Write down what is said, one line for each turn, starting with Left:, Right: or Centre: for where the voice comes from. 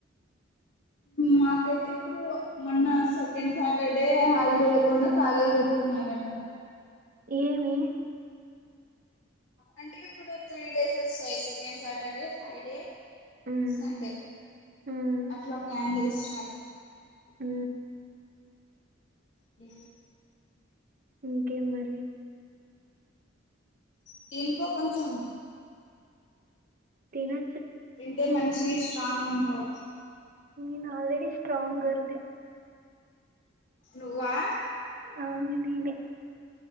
Left: మాకైతే ఇప్పుడు మొన్న సెకండ్ సాటర్డే హాలిడే లేకుండా కాలేజ్ పెట్టుకున్నారంట
Right: ఏవి
Left: అంటే ఇప్పుడు త్రీ డేస్ వస్తాయి సెకండ్ సాటర్డే ఫైడే
Right: హ్మ్.
Left: సండే
Right: హ్మ్.
Left: అట్లా ప్లాన్ చేస్తారు
Right: ఊ
Left: ఊ
Right: ఇంకేం మరి
Left: తేన్కో కొంచం
Right: తినే
Left: తింటే మంచి స్ట్రాంగ్ ఉంటావు
Right: నేను ఆల్రెడీ స్ట్రాంగ్ గర్ల్
Left: నువ్వా
Right: అవును నీనే